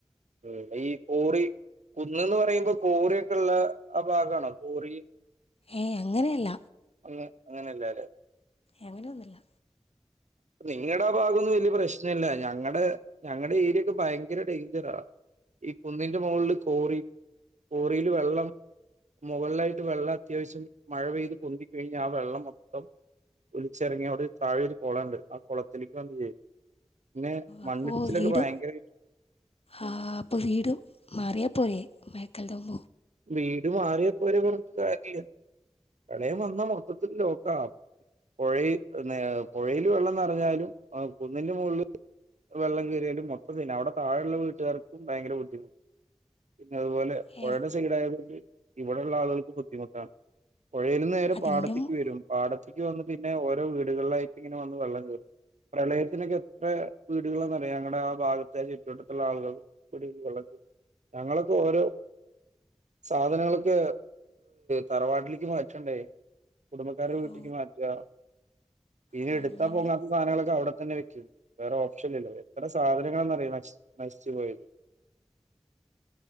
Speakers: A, on the right (about 85°); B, on the left (about 55°).
A: ഉ ഈ കോറി കുന്ന്ന്ന് പറയുമ്പോ കോറിയ ഒക്കെ ഉള്ള ആ ഭാഗമാണോ കോറി
B: ഏയ് അങ്ങനെയല്ല
A: അങ്ങ അങ്ങനെയല്ലല്ല
B: എങ്ങനെയൊന്നുമില്ല
A: നിങ്ങളുടെ ആ ഭാഗമൊന്നും വലിയ പ്രശ്ന ഇല്ല ഞങ്ങ ടെ ഞങ്ങളുടെ ഏരിയക്ക ഭയങ്കര ഡേഞ്ചറണ് ഈ കുന്നിന്റെ മുകളില് കോറി കോറിയിൽ വെള്ളം മുകളിലായിട്ട് വെള്ള അത്യാവശ്യം മഴ പെയ്ത് പൊന്തി കഴിഞ്ഞ് ആ വെള്ളം മൊത്തം ഒലിച്ചിറങ്ങി അവിടെ താഴ കുളംഉണ്ട് ആ കുളത്തിലേക്ക് വന്ന് ചേരും പിന്നെ
B: അപ്പൊ
A: മണ്ണിടിച്ചിലൊക്കെ
B: വീട്
A: ഭയങ്കര
B: ആ അപ്പൊ വീട് മാറിയാ പോരെ മേക്കൽതമ
A: വീട് മാറിയാ പോരെ പറഞ്ഞിട്ട് കാര്യല്ല ഇളം വന്ന മൊത്തത്തിൽ ലോക്കാ പുഴ പുഴയില് വെള്ളം നിറഞ്ഞാലും കുന്നിന്റെ മുകളിൽ വെള്ളം കയറിയാലും മൊത്തത്തി തന്നെ അവിടെ താഴെയുള്ള വീട്ടുകാർക്കും ഭയങ്കര ബുദ്ധിമുട്ടു അതുപോലെ പുഴടെ
B: ഏ
A: യതുകൊണ്ട് ഇവിടെയള്ള ആളുകൾക്ക് ബുദ്ധിമുട്ടാണ് പുഴയിൽ നിന്ന് നേരെ
B: അതിൻ്റെ
A: പാടത്തേക്ക്
B: മു-
A: വരും പാടത്തേക്ക് വന്ന് പിന്നെ ഓരോ വീട് വീടുകളിലായിട്ട ഇങ്ങനെ വന്ന് വെള്ളം കയറും പ്രളയത്തിനൊക്കെ എത്ര വീടുകളാന്നറിയോ ഞങ്ങളുടെ ആ ഭാഗത്തെ ചുറ്റുവട്ടത്തുള്ള ആളുകൾ വീടിൽ വെള്ളം കയറും ഞങ്ങളൊക്കെ ഓരോ സാധനങ്ങളൊക്കെ തറവാട്ടിലേക്ക് മാറ്റണ്ടേ കുടുംബക്കാരുടെ വീട്ടിക്ക്
B: ഓ
A: മാറ്റുക പിന്നെ
B: ഓ,
A: എടുത്താ
B: അങ്ങനെ
A: പോങ്ങാത്ത സാധനങ്ങളൊക്കെ അവിടെത്തന്നെ വെക്കും വേറെ ഓപ്ഷൻ ഇല്ലോ എത്ര സാധനങ്ങളന്നറിയാം നശിച്ചുപോയത്